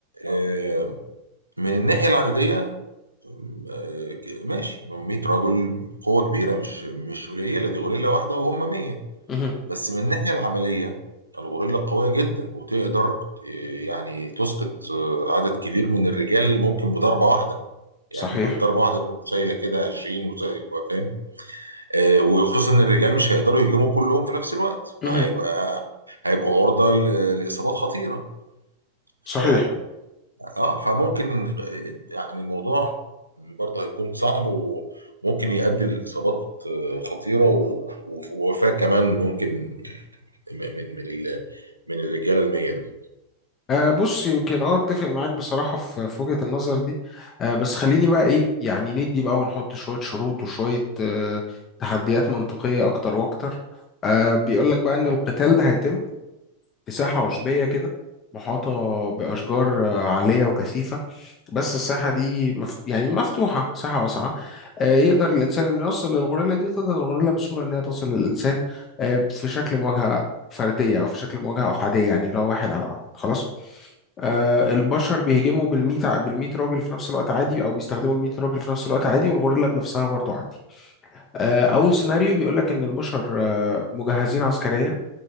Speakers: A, on the right; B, on the left.
A: آه، من الناحيه العدديه آه، ماشي 100 رجل قوه كبيره مش مش قليله دي غوريلا واحده وهم 100
B: مهم.
A: بس من الناحية العملية الغوريلا قوية جدا وتقدر إيه، يعني تسقط آه، عدد كبير من الرجال ممكن بضربة واحدة
B: صحيح
A: يعني ممكن بضربة واحدة تقوم شايلة كده 20 وزي- وفاهم آه، وخصوصا ان الرجال مش هيقدروا يهجموا كلهم في نفس الوقت
B: مهم.
A: فهيبقى هيبقوا عرضة ل- لإصابات خطيرة ف
B: صحيح
A: اه فممكن آه، يعني الموضوع برضه هيكون صعب وممكن يؤدي لإصابات آه، خطيرة و- وف- ووفاة كمان ممكن من من من ال- من الرجاله المية دول
B: أه بص يمكن اه اتفق معاك بصراحة في في وجهة النظر دي أه بس خليني بقى ايه يعني ندي بقى ونحط شوية شروط وشوية أه تحديات منطقية اكتر واكتر أه بيقول لك بقى ان القتال ده هيتم في عشبية
A: اه
B: كده محاطة بأشجار آه، عالية وكثيفة بس الساحة دي مف... يعني مفتوحة ساحة واسعة آه، يقدر الإنسان إنه يوصل للغوريلا دي وتقدر الغوريلا بسهولة إنها توصل للإنسان آه، في شكل مواجهة فردية أو في شكل مواجهة أحادية يعني اللي هو واحد على واحد خلاص آه،
A: اه
B: البشر بيهجموا بالميت ع- بالميت راجل في نفس الوقت عادي أو بيستخدموا الميت راجل في نفس الوقت عادي والغوريلا بنفسها برضو عادي آه، أول
A: اه
B: سيناريو بيقول لك إن البشر آه، مجهزين عسكريا